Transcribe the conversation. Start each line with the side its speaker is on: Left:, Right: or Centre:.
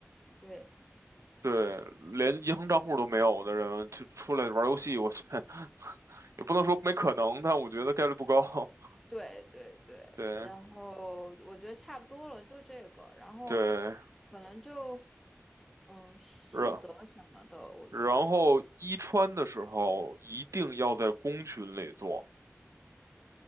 Centre: 对。
Right: 对，连银行账户都没有的人，就出来玩游戏，我去，<laughs> 也不能说没可能，但我觉得概率不高。<laughs>
Centre: 对对对，
Right: 对
Centre: 然后我觉得差不多了，就这个，然后
Right: 对，
Centre: 可能就嗯细则什么的，
Right: 然
Centre: 我觉得差不
Right: 然后一穿的时候一定要在公群里做。